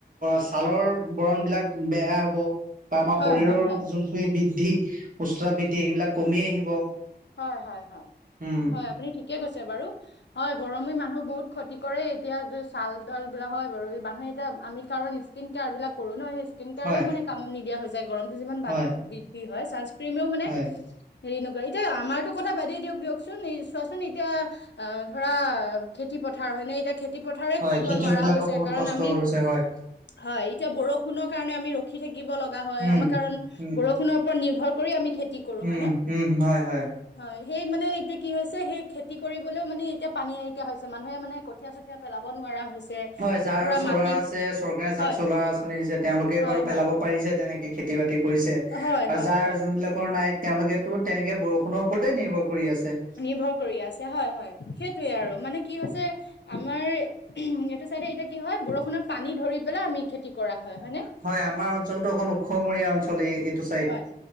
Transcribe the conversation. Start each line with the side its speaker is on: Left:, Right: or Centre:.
Right: ছালৰ বৰণ বিলাক বেয়া হ'ব। বা আমাৰ
Left: হয়
Right: শৰীৰৰ
Left: হয় হয়
Right: যোনখিনি বৃদ্ধি সুস্থতা বৃদ্ধি সেইবিলাক কমি আহিব।
Left: হয় হয় হয়
Right: উম
Left: হয় আপুনি ঠিকে কৈছে বাৰু, হয় গৰমে মানুহ বহুত ক্ষতি কৰে এতিয়া য চাল তল বিলাক হয় বাৰু মানুহে এতিয়া আমি কাৰণ স্কিন কেয়াৰ বিলাক কৰো ন সেই। স্কিন কেয়াৰেও
Right: হয়
Left: মানে কামত নিদিয়া হৈ যায় গৰমটো যিমান বাদ
Right: হয়
Left: বৃদ্ধি হয় ছানস্ক্ৰ্ৰীমেও মানে।
Right: হয়
Left: হেৰি নকৰে এতিয়া আমাৰতো কথা বাদেই দিয়ক দিয়কচোন চোৱাচোন এতিয়া অ ধৰা খেতি পথাৰ হয় নে এতিয়া খেতি পথাৰ
Right: হয়
Left: কৰিব
Right: খেতিয়ক
Left: নোৱাৰা
Right: বিলাকৰ
Left: হৈ গৈছে
Right: বহুত
Left: কাৰণ
Right: কষ্ট
Left: আমি
Right: হৈছে হয়
Left: হয় এতিয়া বৰষুণৰ কাৰণে আমি ৰখি থাকিব লগ লগা হয়
Right: উম
Left: আমাৰ কাৰণ
Right: উম
Left: বৰষুণৰ ওপৰত নিৰ্ভৰ কৰি আমি খেতি কৰো
Right: উম
Left: হয়নে
Right: উম হয় হয়
Left: হয় সেই মানে এতিয়া কি হৈছে সেই খেতি কৰিবলেও মানে এতিয়া পানী নৰিিয়া হৈছে মানুহে মানে কঠীয়া চঠীয়া পেলাব নোৱাৰা হৈছে
Right: হয় যাৰ
Left: পুৰা
Right: চলাৰ
Left: মাটি
Right: আছে চৰকাৰে
Left: হয়
Right: যাক চলাৰ আঁচনি দিছে তেওঁলোকে
Left: হয়
Right: বাৰু
Left: হয়
Right: পেলাব পাৰিছে তেনেকে খেতি বাতি কৰিছে আৰু
Left: হয় হয়
Right: যাৰ
Left: হয়
Right: যোনবিলাক নাই তেওঁলোকেতো তেনেকে বৰষুণৰ ওপৰতে নিৰ্ভৰ কৰি আছে
Left: নিৰ্ভৰ কৰি আছে হয় হয় সেই সয়ে আৰু মানে কি হৈছে আমাৰ উ এইটো চাইডে এতিয়া কি হয় বৰষুণত পানী ধৰি পলে আমি খেতি কৰা হয় নে
Right: হয় আমাৰ অঞ্চলতটো অকণ ওখমৰীয়া অঞ্চল এইটো চাইড
Left: হয়